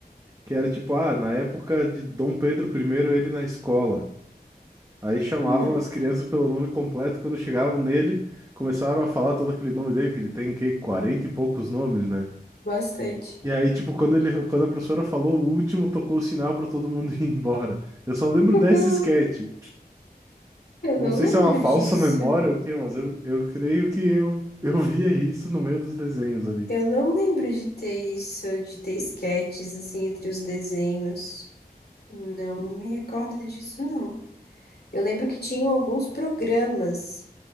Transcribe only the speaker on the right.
que era tipo, ah, na época de Dom Pedro primeiro ele na escola. Aí chamavam
as crianças pelo nome completo, quando chegavam nele, começaram a falar todo aquele nome dele, que ele tem que 40 e poucos nomes, né?
E
aí, tipo, quando ele, quando a professora falou o último, tocou o sinal pra todo mundo <laughs> ir embora. Eu só lembro
desse sketch.
Não
sei
se é uma falsa
memória ou o quê, mas eu, eu creio que eu, eu via isso no meio dos desenhos ali.